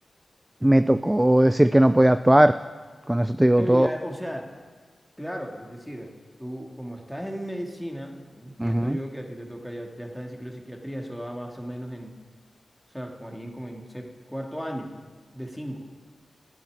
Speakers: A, on the right (about 25°); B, in the centre.
A: me tocó decir que no podía actuar. Con eso te digo
B: Pero
A: todo.
B: ya, o sea, claro, es decir, tú como estás en medicina, entiendo
A: Ujú.
B: yo que a ti te toca, ya, ya estás en ciclo de psiquiatría, eso va más o menos en, o sea, como ahí en como en sep- cuarto año de cinco.